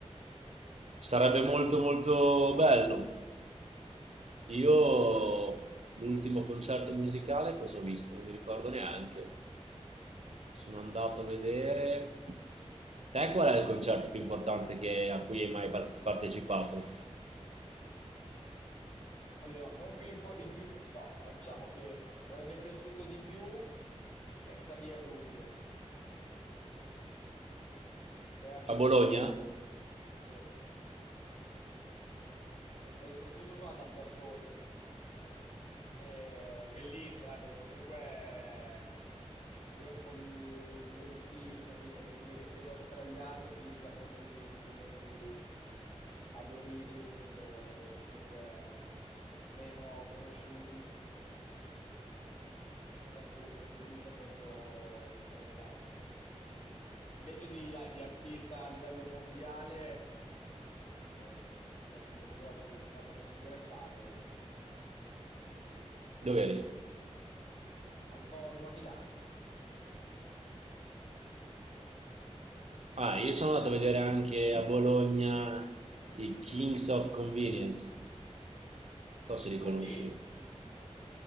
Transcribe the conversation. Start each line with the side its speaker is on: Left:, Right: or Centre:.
Right: sarebbe molto molto bello. Io l'ultimo concerto musicale cosa ho visto? Non mi ricordo neanche. Sono andato a vedere... Te qual è il concerto più importante che- a cui hai mai par- partecipato?
Left: Oddio, no, non più impo- il più, no, diciamo che quello che mi è piaciuto di più è Xavier Rudd, che è l'artista
Right: A Bologna?
Left: australiano. Sì. Oltretutto sono andato da solo. E bellissimo, eh, perché comunque lui è un polistrumentista, qui, e utili- essendo australiano utilizza molti strumenti aborigeni o comunque meno conosciuti, quindi anche su quel punto di vista è molto interessante. Invece di, dai, di artista a livello mondiale, eh, l'artista più grosso che che sono andato a sentire è Farrell,
Right: Dove eri?
Left: al Forum a Milano.
Right: Ah, io sono andato a vedere anche a Bologna i Kings of Convenience. Non so se li conosci.
Left: Con chi?